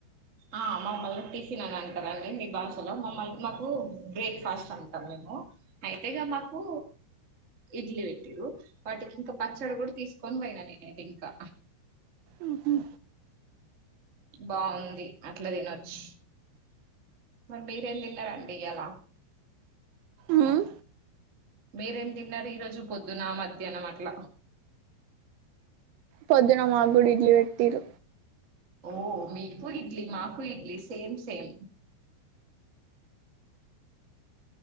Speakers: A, on the right; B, on the right.
A: ఆ మమ్మల్ని టిఫిన్ అని అంటరండి మీ భాషలో మమ్మల్ని మాకు బ్రేక్ఫాస్ట్ అంటాం మేము అయితేగాని మాకు ఇడ్లీ పెట్టిర్రు వాటికి ఇంకా పచ్చడి కూడా తీసుకొని పోయినా నేనయితే ఇంకా
B: ఆహ
A: బాగుంది అట్లా తినొచ్చు మరి మీరేం తిన్నారండి ఇయాల
B: మ్మ్
A: మీరేం తిన్నారు ఈ రోజు పొద్దున మధ్యాహ్నం అట్ల
B: పొద్దున మాక్కూడా ఇడ్లి పెట్టిర్రు
A: ఓ మీకు ఇడ్లీ మాకు ఇడ్లీ సేమ్ సేమ్